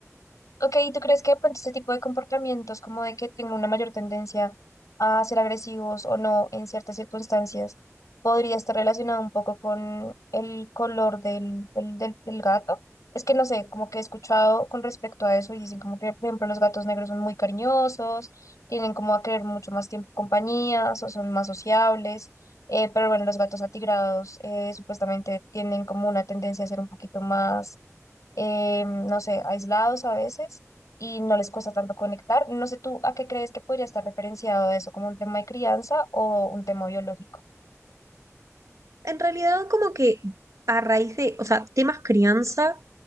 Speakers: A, on the left; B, on the right.
A: Ok, ¿y tú crees que de pronto este tipo de comportamientos, como de que tenga una mayor tendencia a ser agresivos o no en ciertas circunstancias, podría estar relacionado un poco con el color del, del, del- del gato? Es que no sé, como que he escuchado con respecto a eso y dicen como que, por ejemplo, los gatos negros son muy cariñosos, tienen como a querer mucho más tiempo compañías o son más sociables, eh, pero bueno, los gatos atigrados eh, supuestamente tienen como una tendencia a ser un poquito más eh, no sé, aislados a veces y no les cuesta tanto conectar. No sé tú a qué crees que podría estar referenciado eso, como un tema de crianza o un tema biológico. <laughs>
B: En realidad, como que a raíz de, o sea, temas crianza,